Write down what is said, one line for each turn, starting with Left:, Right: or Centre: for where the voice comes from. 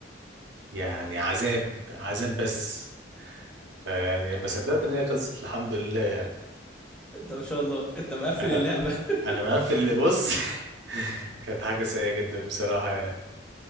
Right: يعني عذاب عذاب بس فيعني لما صدقت ان هي خلصت الحمد لله
Centre: انت ما شاء الله انت مقفل
Right: أه؟
Centre: اللعبه <laughs>
Right: انا مقفل اللي بص <laughs> كانت حاجة سيئة جدا بصراحة يعني